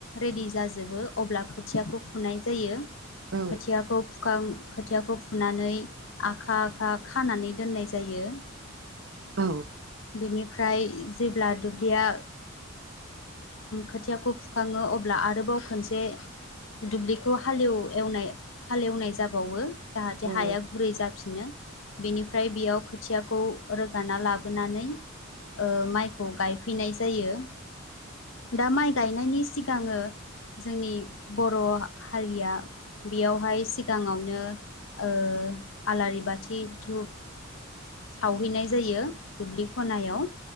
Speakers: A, on the left; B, on the right.
A: रेडि जाजोबो अब्ला खोथियाखौ फुनाय जायो।
B: औ
A: खोथियाखौ फुखां खोथियाखौ फुनानै आखा आखा खानानै दोननाय जायो।
B: औ
A: बेनिफ्राय जेब्ला दुब्लिया खोथियाखौ फुखाङो अब्ला आरोबाव खोनसे। दुब्लिखौ हाले एवनाय हाले एवनाय जाबावो। जाहाथे
B: औ
A: हाया गुरै जाफिनो। बेनिफ्राय बेयाव खोथियाखौ रोगाना लाबोनानै। माइखौ गायफैनाय जायो। दा माइ गायनायनि सिगाङो जोंनि बर' हारिया बेयावहाय सिगाङावनो। ओ आलारि बाथि धुप सावहैनाय जायो दुब्लि खनायाव।